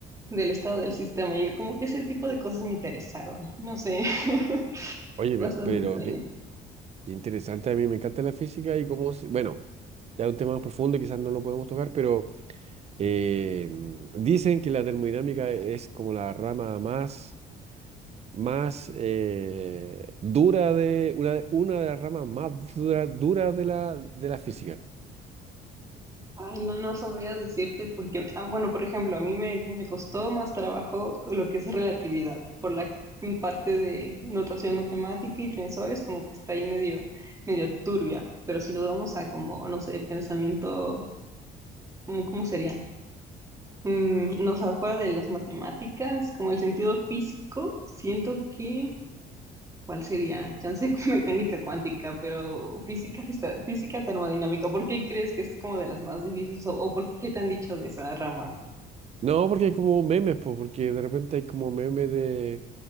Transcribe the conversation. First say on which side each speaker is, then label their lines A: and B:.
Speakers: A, on the right (about 20°); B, on the right (about 40°).
A: del estado del sistema, y como que ese tipo de cosas me interesaron, no sé, <laughs>
B: Oye,
A: bastante
B: pe- pero
A: extraño.
B: qué, qué interesante, a mí me encanta la física y cómo, se- bueno, ya es un tema más profundo, quizás no lo podemos tocar, pero eh, dicen que la termodinámica es como la rama más, más eh, dura de, una, una de las ramas más dura, dura de la, de la física.
A: Ay, no, no sabría decirte porque, ah, bueno, por ejemplo, a mí me, me costó más trabajo lo que es relatividad, por la parte de notación matemática y tensores, como que está ahí medio, medio turbia, pero si nos vamos a como, no sé, pensamiento, ¿cómo, cómo sería? Mm, no sé, fuera de las matemáticas, como el sentido físico, siento que ¿Cuál sería? Chance <laughs> mecánica cuántica, pero física, fisa- física termodinámica. ¿Por qué crees que es como de las más difíciles? ¿O, o por qué te han dicho de esa rama?
B: No, porque hay como memes, po, porque de repente hay como memes de,